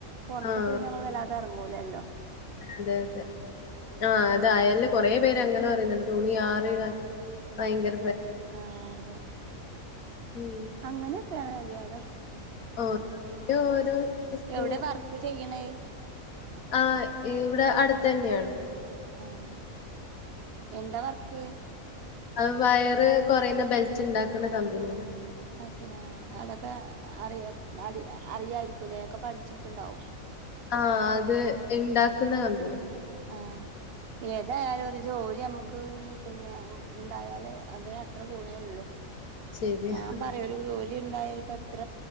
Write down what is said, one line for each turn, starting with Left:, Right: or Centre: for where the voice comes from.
Right: പൊർത്ത്ക്ക്
Left: ആഹ്
Right: പിന്നെ നമ്മള് വല്ലാതെ ഇറങ്ങൂലല്ലോ
Left: അതെ അതെ ആഹ് അത് അയല് കൊറെ പേര് അങ്ങനെ പറയുന്നുണ്ട് തുണി ആറിടാ ഭയങ്കര പ്ര
Right: ആ അതെ
Left: ഉം
Right: അങ്ങനെയൊക്കെയാണ് എന്തായാലും
Left: ഓഹ് ഓരോ പ്രശ്നങ്ങൾ
Right: എവിടെ വർക്ക് ചെയ്യ്ണത്
Left: ആഹ് ഇവിടെ അടുത്തന്ന്യാണ്
Right: ആഹ് എന്ത വർക്ക്
Left: അത് വയറ് കൊറയ്ന്ന ബെൽറ്റ് ഇണ്ടാക്ക്ന്ന കമ്പനിയില
Right: അത് ശരി അതൊക്കെ അറിയു അ അറിയായിരിക്കുലേ ഒക്ക പഠിച്ചിട്ടുണ്ടാവും
Left: ആഹ് അത് ഇണ്ടാക്ക്ന്ന കമ്പനി
Right: ആഹ് ഏതായാലു ജോലി നമക്ക് പിന്നെ ഇണ്ടായാല് അതിന് അത്ര ഗുണേ ഉള്ളു
Left: ശരി
Right: ഞാൻ പറയു ഒരു ജോലി ഇണ്ടായ ഇപ്പ എത്ര